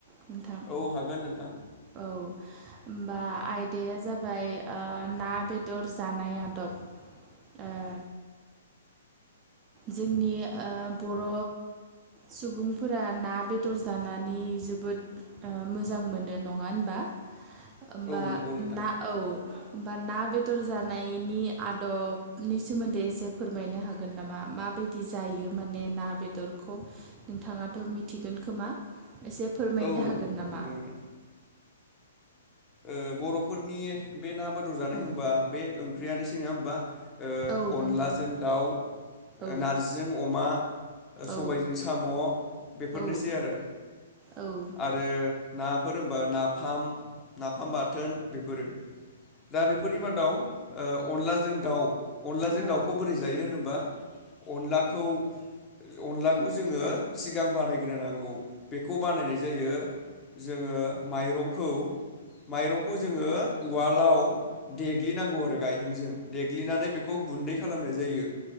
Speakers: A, on the right; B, on the left.
A: नोंथां
B: औ हागोन नोंथां।
A: औ। होमबा आयदाया जाबाय ना बेदर जानाय आदब आरो जोंनि ओ बर' सुबुंफोरा ना बेदर जानानै जोबोद मोजां मोनो नङा होनबा होमबा
B: औ नंगौ नोंथां
A: ना औ होमबा ना बे -दर जानायनि आदबनि सोमोन्दै एसे फोरमायनो हागोन नामा माबायदि जायो माने ना बेदरखौ नोंथाङाथ' मिथिगोन खोमा? एसे फोरमायनो
B: औ
A: हागोन नामा??
B: नंगौ नोंथां ओ बर'फोरनि बे ना बेदर जानाय
A: औ
B: होमबा बे ओंख्रियानोसै नङा होमबा
A: औ
B: अनलाजों
A: नंगौ
B: दाउ
A: औ
B: नारजिजों अमा
A: औ
B: सबायजों साम' बेफोरनोसै
A: औ
B: आरो।
A: औ नंगौ
B: आरो नाफोर होनबा नाफाम नाफाम बाथोन बेफोरो दा बेफोरनि मादाव ओ अनलाजों दाउ अनलाजों
A: औ
B: दाउखौ बोरै जायो होनोबा अनलाखौ अनलाखौ जोङो सिगां बानायग्रोनांगौ बे बानायनाय जायो जोङो माइरंखौ माइरंखौ जोङो उवालाव देग्लिनांगौ आरो गायहेनजों देग्लिनानै बेखौ गुन्दै खालामनाय जायो